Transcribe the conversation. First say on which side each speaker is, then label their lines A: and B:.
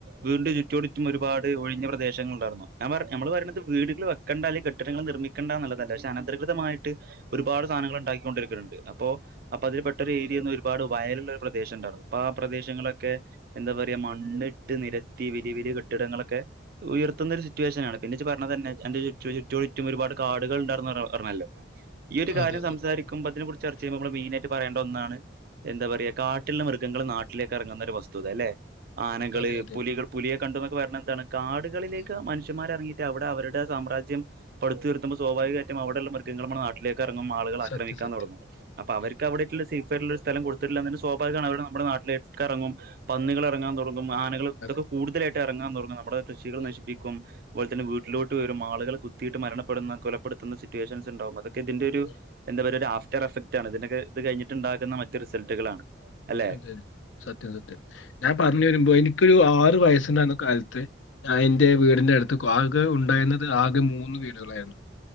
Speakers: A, on the right (about 50°); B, on the left (about 80°).
A: വീട് ചുറ്റോട് ചുറ്റും ഒരുപാട് ഒഴിഞ്ഞ പ്രദേശങ്ങൾ ഉണ്ടായിർന്നു ഞാൻ പറഞ്ഞ് ഞമ്മള് പറയുന്നത് വീടുകൾ വെക്കെണ്ട അല്ലെങ്കിൽ കെട്ടിടങ്ങൾ നിർമിക്കണ്ട ന്നുള്ളതല്ല പക്ഷെ അനധികൃതമായിട്ട് ഒരുപാട് സാധനൾ ഉണ്ടാ കൊണ്ടിരിക്കുന്നുണ്ട് അപ്പോ അപ്പതിൽ പെട്ട ഒരു ഏരിയേന്നും ഒരുപാട് വയലുള്ള ഒരു പ്രദേശം ഉണ്ടായിരുന്നു അപ്പൊ ആ പ്രദേശങ്ങളൊക്കെഎന്താ പറ മണ്ണിട്ട് നിരത്തി വലിയ വലിയ കെട്ടിടങ്ങളൊക്കെ ഉയർത്തുന്ന ഒരു സിറ്റുവേഷനാണ് പിന്നെ ഇജ്ജ് പറഞ്ഞതന്നെ എന്റെ ചുറ്റു ചുറ്റോട്ചുറ്റും ഒരുപാട് കാടുകൾ ഉണ്ടാർന്ന് പറഞ്ഞല്ലോ ഈ ഒരു കാര്യം
B: അതെ അതെ
A: സംസാരിക്കുമ്പോ തിനെ കുറിച് മെയിനായിട്ട് പറയേണ്ട ഒന്നാണ് എന്താ പറയാ കാട്ടിലുള്ള മൃഗങ്ങൾ നാട്ടിലേക്ക് എറങ്ങുന്ന ഒരു വസ്തുതല്ലേ ആനകള്
B: അതെ അതെ
A: പുലികൾ പുലിയെ കണ്ടു എന്നൊക്കെ പറയിണതന്താണ് കാടുകളിലേക്ക്
B: ഉം.
A: മനുഷ്യമാർ ഇറങ്ങിട്ട് അവിടെ അവരുടെ സമ്രാജ്യം പടുത്തുയർത്തുമ്പോ സ്വാഭാവികമായിട്ടുംഅവിടെള്ള മൃഗങ്ങൾ നമ്മുടെനാട്ടിലെ അറങ്ങും ആളുകൾ ആക്രമിക്കാൻ
B: സത്യം സത്യം
A: തുടങ്ങും അപ്പൊ അവർക്ക്
B: ഉം.
A: അവിടെള്ള സേഫ് ആയിട്ടുള്ള സ്ഥം കൊടുത്തില്ലായെങ്കിൽ സ്വാഭാവികാണ് അവര്നമ്മുടെ നട്ടിലോകറങ്ങും പന്നികളറങ്ങാൻ തുടങ്ങും ആനകൾ ഇതൊക്കെ
B: അതെ
A: കൂടുതലായിട്ട്റങ്ങാൻ തുടങ്ങും നമ്മുടെ കൃഷികൾ
B: ഉം.
A: നശിപ്പിക്കും അതുപോലെതന്നെ വീട്ടിലോട്ടു വെരു ആളുകളെ കുത്തീട്ട് മരണപ്പെടുന്ന കൊലപ്പെടുത്തുന്ന സിറ്റുവേഷൻസ് ഉണ്ടാവും അതോ ഇതിന്റെ ഒരു
B: ഉം.
A: എന്താ പറയ ഒരു ആഫ്റ്റർ എഫക് ആണ് ഇതിനൊക്കെ ഇത് കഴിഞ്ഞിട്ടുണ്ടാകുന്ന മറ്റു റിസൾട്ടുകളാണ് അല്ലെ
B: അതെ അതെ സത്യം സത്യം ഞാൻ പറഞ്ഞു വരുമ്പോ എനിക്കൊരു ആ ത് വയസ്സനാകുന്ന കാലത്ത് ഞാൻ ഇന്റെ വീടിൻ്റെ അടുത്ത് ആകെ ഉണ്ടായിരുന്നത് ആകെ മൂന്നു വീടുകളായിരുന്നു